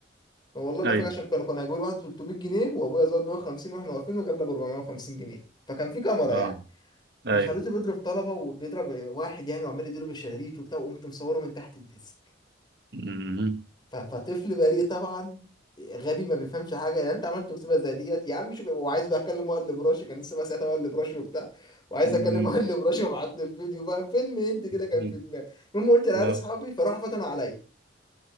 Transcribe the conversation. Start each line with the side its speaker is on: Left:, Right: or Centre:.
Left: كان والله ما
Right: ايوه
Left: فاكر عشان كانوا كانوا هيجيبوا لي واحد ب 300 جنيه وابويا زود 150 واحنا واقفين وجاب لي ب 450 جنيه فكان في كاميرا
Right: اه
Left: يعني
Right: ايوه
Left: فخلوته بيضرب طلبة وبيضرب واحد يعني وعمال يديله بالشلاليت وبتاع وقمت مصوره من تحت الديسك
Right: مم.
Left: ف- فطفل بريء طبعا غبي ما بيفهمش حاجة يعني انت عملت مصيبة زي ديت يا عم شوف وعايز بقى اكلم مقلب راشي كان لسه بقى ساعتها مقلب راشي وبتاع وعايز
Right: مم.
Left: اكلم مقلب راشي وبعت له الفيديو بقى فيلم هندي كده كان
Right: مم.
Left: في دماغي المهم قلت لعيال
Right: لا
Left: اصحابي فراحوا فتنوا عليا